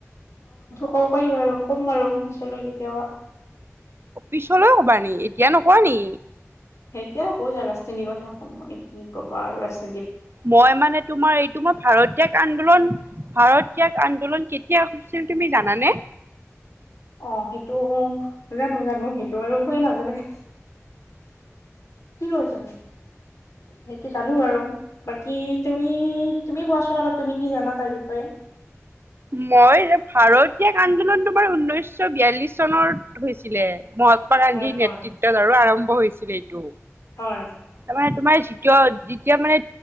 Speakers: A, on the left; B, on the right.
A: অ' পাৰিব পাৰিব ক'ম বাৰু পিছলৈ কেতিয়াবা
B: অ পিছলৈ কবা নেকি এতিয়া নোকোৱা নেকি?
A: সেইতিয়াও ক'য় যায় আৰু ৰাজনিতীৰ কথা ক'ম মানে কি ক'বা আৰু ৰাজ
B: মই মানে তোমাৰ এইটো মই ভাৰত্যাগ আন্দোলন ভাৰতীয়াগ আন্দোলন কেতিয়া। কিয় কৈছিল তুমি জানানে?
A: অ সেইটো জানো জানো সেইটো আৰু কোনে নাজানে কি কৰিছিল? সেইটো জানোঁ বাৰু বাকী তুমি তুমি কোৱাচোন অলপ তুমি কি জানা তাৰ বিষয়ে? <inaudible>
B: মই ভাৰতীয়াগ আন্দোলন তোমাৰ ঊনৈশশ বিয়াল্লিশ চনত হৈছিলে, মহাত্মা গান্ধীৰ
A: হয় হয়
B: নেতৃত্বতাৰ আৰম্ভ হৈছিল এইটো
A: হয়
B: মান তোমাৰ দ্বিতীয় যেতিয়া মানে